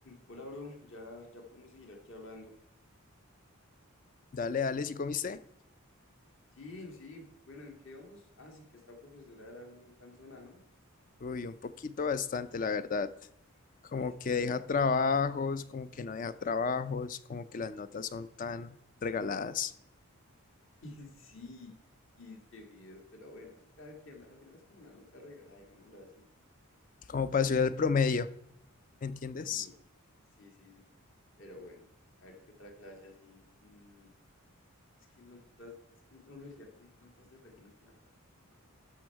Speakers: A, on the left; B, on the left.
A: Hola, bro, ya, ya podemos seguir aquí hablando.
B: Dale, dale, ¿sí comiste?
A: Sí, sí, bueno, ¿en qué vamos? Ah, sí, que esta profesora era bien cansona, ¿no?
B: Uy, un poquito bastante, la verdad. Como
A: Uy,
B: que
A: pero...
B: deja trabajos, como que no deja trabajos, como que las notas son tan regaladas,
A: <laughs> Sí, y es que videos, pero bueno, ahí cada quien, a la final es como una nota regalada, digámoslo así.
B: como para subir al promedio, ¿me ¿entiendes?
A: Sí, sí, sí, sí, pero bueno, a ver qué otra clase así. Mm, es que no, las- es que la universidad tiene tantas de relleno que la verdad estoy mamado.